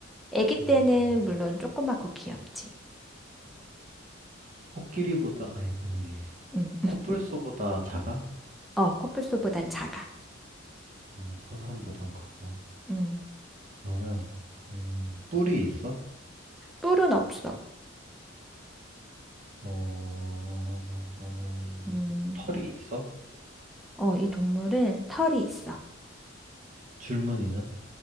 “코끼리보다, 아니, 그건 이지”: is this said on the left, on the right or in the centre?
Right